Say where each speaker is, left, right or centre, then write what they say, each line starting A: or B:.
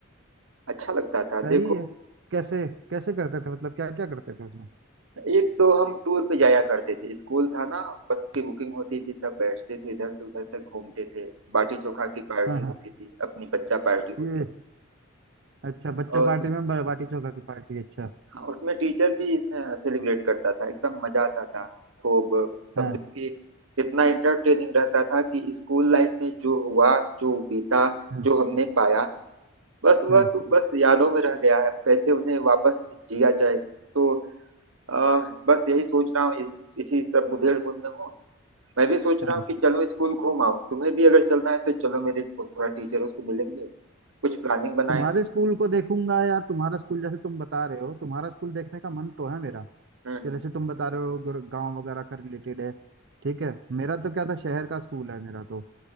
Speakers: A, on the right; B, on the right.
A: अच्छा लगता था
B: सही
A: देखो
B: है कैसे कैसे करते थे मतलब क्या क्या करते थे उसमें
A: एक तो हम टूर पे जाया करते थे स्कूल था ना बस की बुकिंग होती थी सब बैठते थे इधर से उधर तक घूमते थे बाटी चोखा की पार्टी
B: हाँ
A: होती थी अपनी बच्चा पार्टी होती
B: हाँ
A: थी
B: अच्छा बच्चा
A: और
B: पार्टी
A: उस,
B: में बाटी चोखा की पार्टी अच्छा
A: उसमें टीचर भी सेलिब्रेट करता था एकदम मजा आता था खूब समझो
B: हाँ
A: कि इतना इंटरटेनिंग रहता था कि स्कूल लाइफ में जो हुआ जो बीता
B: हम्म,
A: जो हमने पाया बस
B: हाँ
A: वह तो बस यादों में रह गया है कैसे उन्हें वापस जिया जाए तो अ, बस यही सोच रहा हूँ इसी सब उधेड़ बुन में हूँ मैं भी सोच
B: हाँ
A: रहा हूँ कि चलो स्कूल घूम आओ तुम्हें भी अगर चलना है तो चलो मेरे स्कूल थोड़ा टीचरों से मिलेंगे कुछ प्लानिंग बनाएंगे
B: तुम्हारे स्कूल को देखूंगा यार तुम्हारा स्कूल जैसे तुम बता रहे हो तुम्हारा स्कूल देखने का मन तो है मेरा
A: हम्म
B: कि जैसे तुम बता रहे हो गांव वगैरह का रिलेटेड है ठीक है मेरा तो क्या था शहर का स्कूल है मेरा तो